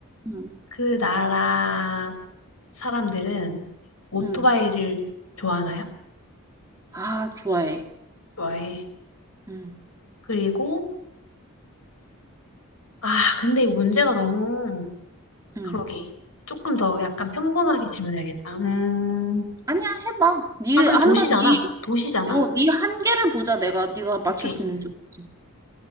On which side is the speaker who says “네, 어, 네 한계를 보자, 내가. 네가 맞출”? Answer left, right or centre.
Right